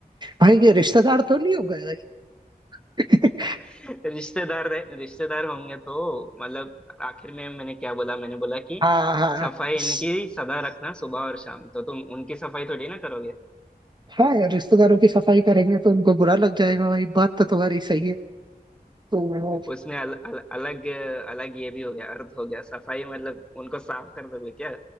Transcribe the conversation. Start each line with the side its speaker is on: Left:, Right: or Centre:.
Right: भाई ये रिश्तेदार तो नहीं हो गए भाई
Centre: <laughs>
Right: <laughs>
Centre: रिश्तेदार रहे- रिश्तेदार होंगे तो मतलब आखिर में मैंने क्या बोला मैंने बोला कि
Right: हाँ हाँ
Centre: सफाई
Right: स-
Centre: इनकी सदा रखना सुबह और शाम तो तुम उनकी सफाई थोड़ी ना करोगे
Right: हाँ यार रिश्तेदारों की सफाई करेंगे तो उनको बुरा लग जाएगा भाई बात तो तुम्हारी सही है तो
Centre: उसमें अल, अल, अलग अलग ये भी हो गया अर्थ हो गया सफाई मतलब उनको साफ कर दोगे क्या